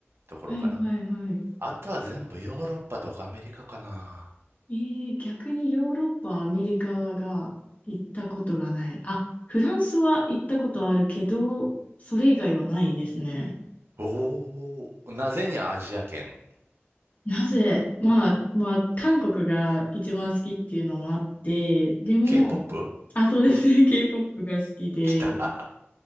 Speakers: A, on the right; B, on the left.
A: ところかな。
B: いはいはい。
A: あとは全部ヨーロッパとかアメリカかな。
B: えー、逆にヨーロッパ、アメリカが行ったことがない。あ、フランスは行ったことあるけど、それ以外はないですね。
A: おお、なぜにアジア圏
B: なぜ、まあ、まあ、韓国が一番好きっていうのもあって、でも、
A: ?K-POP?
B: あ、そうですね、<laughs> K-POP が好きで、
A: 来た。